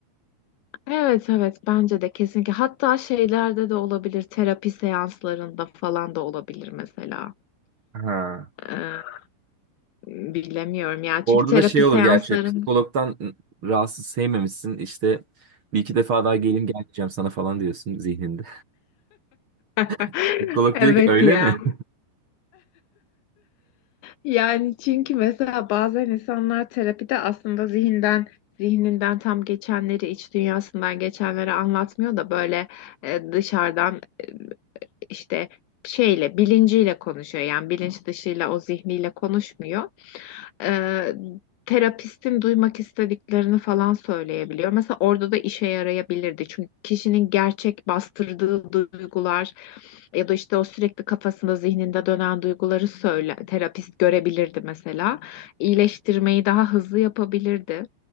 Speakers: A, on the left; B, on the right.
A: Evet evet bence de kesinlikle. Hatta şeylerde de olabilir. Terapi seanslarında falan da olabilir mesela.
B: Ha.
A: Ee, bilemiyorum ya.
B: Orada
A: Çünkü terapi
B: da şey olur
A: seansların
B: gerçi, psikologdan rahatsız sevmemişsin, işte bir iki defa daha geleyim gelmeyeceğim sana falan diyorsun zihninde.
A: <laughs>
B: <laughs> Psikolog
A: Evet
B: diyor ki öyle
A: ya.
B: mi?
A: Yani çünkü mesela bazen insanlar terapide aslında zihinden zihninden tam geçenleri iç dünyasından geçenleri anlatmıyor da böyle e, dışarıdan e, işte şeyle bilinciyle konuşuyor. Yani bilinç dışıyla o zihniyle konuşmuyor. e, terapistin duymak istediklerini falan söyleyebiliyor. Mesela orada da işe yarayabilirdi. Çünkü kişinin gerçek bastırdığı duygular ya da işte o sürekli kafasında, zihninde dönen duyguları söyle, terapist görebilirdi mesela. İyileştirmeyi daha hızlı yapabilirdi.